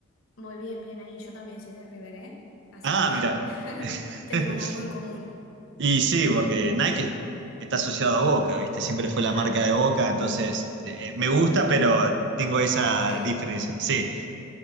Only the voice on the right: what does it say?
Ah,
mirá.
<laughs>
Y sí, porque Nike está asociado a Boca, ¿viste? Siempre fue
la marca de Boca, entonces eh, me gusta, pero tengo esa
diferencia. Sí,